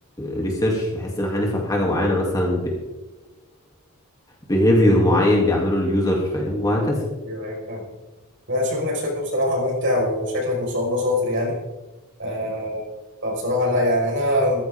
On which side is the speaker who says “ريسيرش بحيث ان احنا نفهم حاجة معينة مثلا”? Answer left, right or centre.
Left